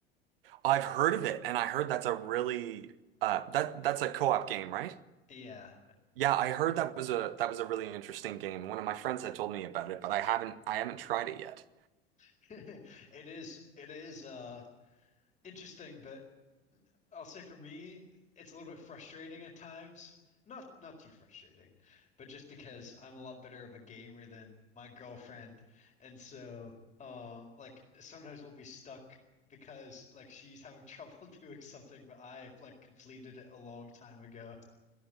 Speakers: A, on the right; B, on the left.
A: I've heard of it and I heard that's a really uh that that's a co-op game, right?
B: Yeah.
A: Yeah, I heard that was a that was a really interesting game. One of my friends had told me about it, but I haven't I haven't tried it yet.
B: <laughs> It is it is uh interesting, but I'll say for me, it's a little bit frustrating at times. Not not too frustrating, but just because I'm a lot better of a gamer than my girlfriend. And so um like sometimes we'll be stuck because like she's having trouble <laughs> doing something, but I've like completed it a long time ago.